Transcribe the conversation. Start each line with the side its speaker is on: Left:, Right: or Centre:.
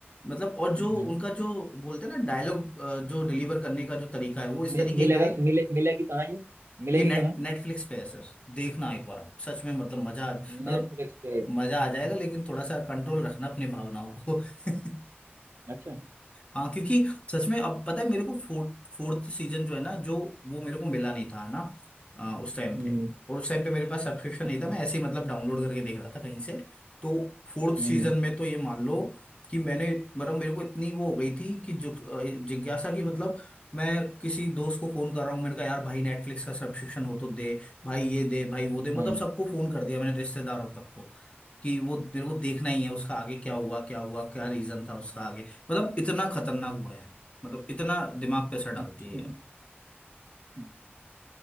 Left: मतलब और जो
Right: हम्म
Left: उनका
Right: हम्म।
Left: जो बोलते हैं ना डायलॉग जो डिलीवर करने का जो तरीका है वो इस
Right: मि-
Left: तरीके
Right: मिलेगा
Left: का है
Right: मिले मिलेगी कहाँ ये मिलेगी
Left: ये नेट
Right: कहाँ
Left: नेटफ्लिक्स पे है सर देखना एक बार आप सच में मतलब मजा आ- मतलब
Right: नेटफ्लिक्स पे
Left: मजा आ जाएगा लेकिन थोड़ा सा कंट्रोल रखना अपनी भावनाओं को <laughs>
Right: अच्छा
Left: हाँ क्योंकि सच में अब पता है मेरे को फोर्थ फोर्थ सीजन जो है ना जो वो मेरे को मिला नहीं था है ना अ, उस टाइम
Right: हम्म
Left: पे
Right: हम्म,
Left: और उस टाइम पे मेरे पास सब्सक्रिप्शन
Right: अच्छा
Left: नहीं था मैं ऐसे ही मतलब डाउनलोड करके देख रहा था कहीं से तो फोर्थ
Right: हम्म
Left: सीजन
Right: हम्म,
Left: में तो ये मान लो कि मैंने मतलब मेरे को इतनी वो हो गई थी कि जु- अ, जिज्ञासा की मतलब मैं किसी दोस्त को फोन कर रहा हूँ मैंने कहा यार भाई नेटफ्लिक्स का सब्सक्रिप्शन हो तो दे भाई ये दे भाई वो दे मतलब
Right: हम्म,
Left: सबको फोन कर दिया मैंने रिश्तेदारों तक को। कि वो मेरे को देखना ही है उसका आगे क्या हुआ क्या हुआ क्या रीजन था उसका आगे मतलब इतना खतरनाक हुआ है मतलब इतना दिमाग पे असर डालती
Right: अच्छा
Left: है ये।
Right: हम्म।